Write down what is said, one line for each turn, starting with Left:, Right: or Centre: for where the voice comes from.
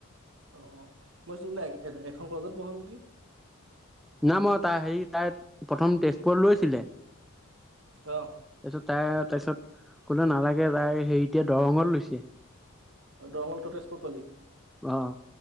Right: অ অ মই এখন কলেজত পঢ় নেকি।
Centre: না মই তাই হেৰি তাই প্ৰথম তেজপুৰত লৈছিলে। তাৰপিছত
Right: অ
Centre: তাই। তাৰপিছত ক'লে নালাগে তাই হেৰি এতিয়া দৰঙত লৈছে।
Right: আৰু দৰঙটো তই তেজপুৰত পালি
Centre: অ